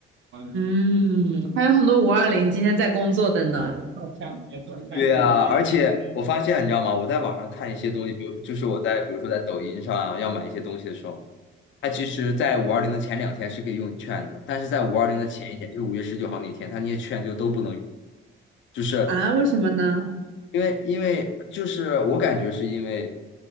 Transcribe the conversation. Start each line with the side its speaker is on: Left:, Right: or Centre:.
Right: 嗯，还有很多五二零今天在工作的呢，<laughs>
Left: 对呀，而且我发现你知道吗？我在网上看一些东西，比如就是我在比如说在抖音上啊，要买一些东西的时候，它其实在五二零的前两天是可以用券的，但是在五二零的前一天，就是五月十九号那天，它那些券就都不能用，就是
Right: 啊，为什么呢？
Left: 因为因为就是我感觉是因为，